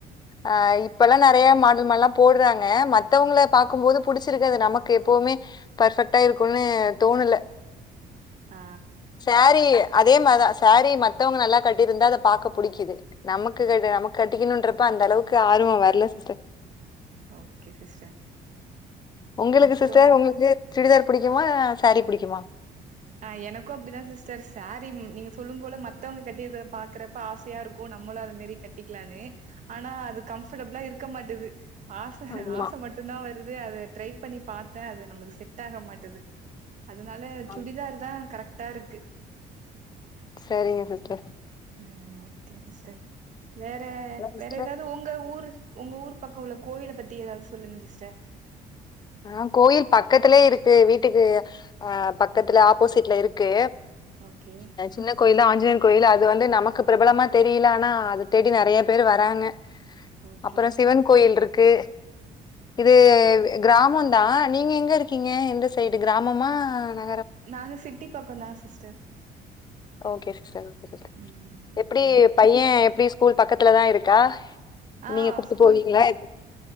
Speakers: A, on the left (about 25°); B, on the right (about 45°).
A: அ இப்பல்லா நறைய மாடல் மால்லா போடுறாங்க மத்தவுங்ள பாக்கும்போது புடிச்சிருக்கது நமக்கு எப்பவுமே பர்ஃபக்ட்டா இருக்குன்னு தோணல
B: ஆ
A: சாரீ அதே மார்தா சேரீ மத்தவங்க நல்லா கட்டிருந்தா அத பாக்க புடிக்குது நமுக்கு கட் நமக் கட்டிக்கணுன்றப்ப அந்த அளவுக்கு ஆர்வோ வர்ல சிஸ்டர்
B: ஓகே சிஸ்டர்
A: உங்களுக்கு
B: அப்புறம்
A: சிஸ்டர் உங்களுக்கு சுடிதார் புடிக்குமா சாரீ புடிக்குமா
B: அ எனக்கு அப்டிதா சிஸ்டர் சாரி ம் நீங்க சொல்லும் போல மத்தவங்க கட்டிர்க்றத பாக்குறப்ப ஆசையா இருக்கு நம்மளு அது மேரி கட்டிக்லான்னு ஆனா அது கம்ஃபர்டபுளா இருக்க மாட்டுது ஆச
A: ஆமா
B: ஆச மட்டுந்தா வரு து அத ட்ரை பண்ணி பாத்த அது நம்ளுக்கு செட்டாக மாட்டுது அதுனால
A: ஆ,
B: சுடிதார் தா கரக் டா இருக்கு
A: சரிங்க சிஸ்டர்
B: ம் ஓகே சிஸ்டர் வேற
A: சிஸ்டர்
B: வேற ஏதாவ்து உங்க ஊரு உங்க ஊர் பக்குள்ள கோவில பத்தி ஏதாவது சொல்லுங்க சிஸ்டர்
A: ஆ கோயில் பக்கத்துலே இருக்கு வீட்டுக்கு அ பக்கத்துல ஆப்போசிட்ல இருக்கு
B: ஓகே
A: அ சின்ன கோயிலு ஆஞ்சினே கோயிலு அது வந்து நமக்கு பிரபலமா தெரில ஆனா அத தேடி நறையா பேரு வராங்க
B: ஓகே
A: அப்பறோ சிவன் கோயில்ருக் கு இது
B: ஓகே
A: முந்தா நீங்க எங்க இருக்கீங்க எந்த சைடு கிராமமா ந
B: நாங்க சிட்டி பக்கோந்தா சிஸ்டர்
A: ஓகே சிஸ்டர் <unintelligible> ஓகே
B: ம்
A: எப்டி
B: ஓகே
A: பையன் எப்டி ஸ்கூல் பக்கத்துலதா இருக் கா
B: ஆ
A: நீங்க கூப்ட்டு
B: ஸ்கூல்
A: போவீங்ளா எ